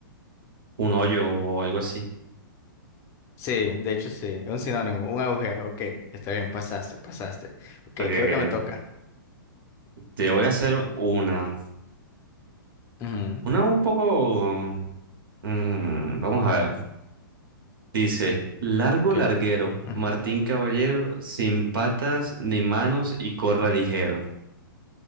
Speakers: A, on the right; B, on the left.
A: Un hoyo o algo así.
B: Sí, de hecho sí, un sinónimo, un agujero, ok, está bien, pasaste, pasaste. Ok,
A: Ok,
B: creo
A: ok.
B: que me toca.
A: Te voy a hacer una.
B: Ujú,
A: Una un poco. mm, vamos a ver. Dice: Largo
B: ¿Qué?
A: larguero,
B: Mm.
A: Martín Caballero, sin patas ni manos y corre ligero.